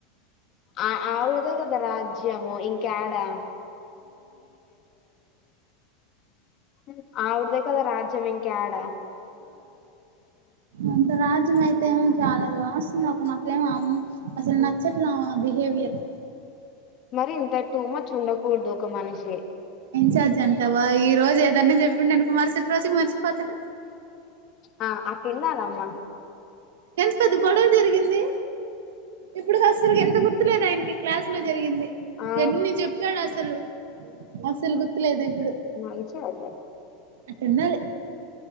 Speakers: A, on the left; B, on the right.
A: ఆ ఆవిడదే కదా రాజ్యము ఇంకా ఏడా <unintelligible> ఆవిడదే కదా రాజ్యము ఇంకా యాడా
B: ఎంత రాజ్యం అయితే చాలా చేస్తుంది ఒక నాకేమో అమ్ అసలు నచ్చట్లా ఆమె బిహేవియర్
A: మరి ఇంత టూ మచ్ ఉండకూడదు ఒక మనిషి
B: చార్జ్ అంటావా ఈ రోజు ఏదన్న చెప్పిండు అనుకో మరుసటి రోజుకి మర్చి పోతడు
A: ఆ అట్లుండాలమ్మా
B: ఎంత పెద్ద గొడవ జరిగింది ఇప్పుడు కసరి ఎంత గుర్తులేదు ఆయనకి క్లాస్ లో జరిగింది
A: ఆ
B: ఎన్ని చెప్తాడు అస్సలు అస్సలు గుర్తులేదు ఇప్
A: మంచోడు లే
B: అట్టున్నది